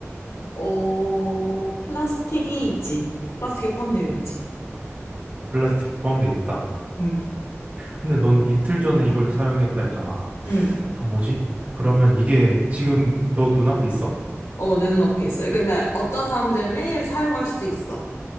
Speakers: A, on the left (about 80°); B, on the right (about 35°).
A: 어, 플라스틱이 있지. 플라스틱이 포함되어 있지.
B: 플라스틱이 포함돼 있다.
A: 응,
B: 근데 넌 이틀 전에 이걸 사용했다 했잖아.
A: 응.
B: 아, 뭐지? 그러면 이게 지금 너 눈앞에 있어?
A: 어, 내 눈앞에 있어요. 근데 어떤 사람들은 매일 사용할 수도 있어.